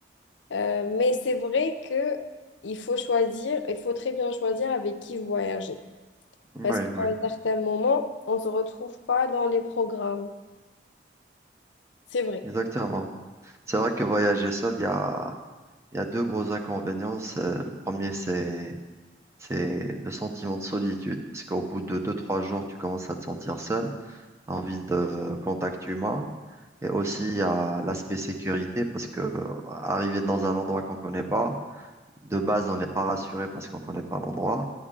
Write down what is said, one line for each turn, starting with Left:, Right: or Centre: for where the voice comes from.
Left: Euh, mais c'est vrai que il faut choisir, il faut très bien choisir avec qui voyager.
Right: Oui,
Left: Parce qu'à
Right: oui,
Left: un certain moment, on ne se retrouve pas dans les programmes. C'est vrai.
Right: exactement. C'est vrai que voyager seul, il y a, il y a deux gros inconvénients. C'est- Le premier, c'est, c'est le sentiment de solitude, parce qu'au bout de deux, trois jours, tu commences à te sentir seul, t'as envie de euh, contact humain. Et aussi, il y a l'aspect sécurité, parce que euh, arriver dans un endroit qu'on connaît pas, de base, on n'est pas rassuré parce qu'on connaît pas l'endroit.